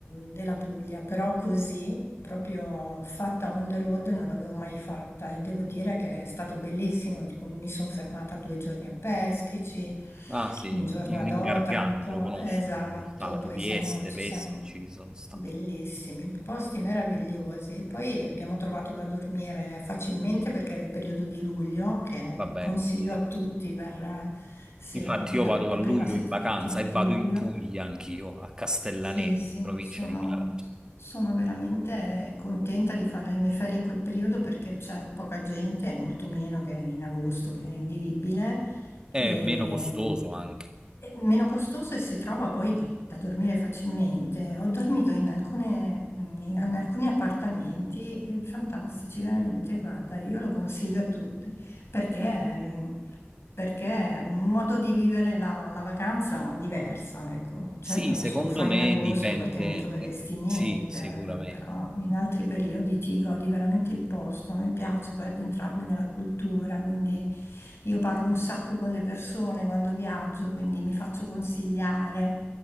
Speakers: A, on the left; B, on the right.
A: della Puglia, però così. Proprio fatta on the road non l'avevo mai fatta e devo dire che è stato bellissimo. Tipo, mi sono fermata due giorni a Peschici,
B: Ah sì,
A: un giorno
B: il-
A: ad
B: l'ingargano
A: Otranto,
B: lo conosco,
A: esatto,
B: ci sono stato,
A: poi
B: Vieste,
A: siamo, ci
B: Peschi
A: siamo.
B: ci sono stato.
A: Bellissimi, posti meravigliosi. E Poi abbiamo trovato da dormire facilmente perché era il periodo di luglio, che
B: Vabbè,
A: consiglio
B: quindi-
A: a tutti per, eh, sì,
B: infatti
A: la
B: io vado
A: la
B: a luglio
A: prima settimana
B: in vacanza e
A: di
B: vado
A: luglio.
B: in Puglia anch'io, a Castellaneta,
A: Sì, sì,
B: provincia
A: sono,
B: di Taranto.
A: sono veramente contenta di fare le mie ferie in quel periodo perché c'è poca gente, e molto meno che in agosto, che è invivibile, e,
B: È meno costoso anche.
A: e meno costoso e si trova poi da dormire facilmente. Ho dormito in alcune- mm, in alcuni appartamenti eh, fantastici, veramente, guarda, io lo consiglio a tutti. Perché, mh, perché è un modo di vivere la, la vacanza diversa, ecco. Certo
B: Sì,
A: non
B: secondo
A: si può fare
B: me
A: in agosto
B: dipende.
A: perché non troveresti
B: eh,
A: niente,
B: sì, sicuramente.
A: eh, però in altri periodi ti godi veramente il posto, mi piace poi addentrarmi nella cultura, quindi io parlo un sacco con le persone quando viaggio, quindi mi faccio consigliare,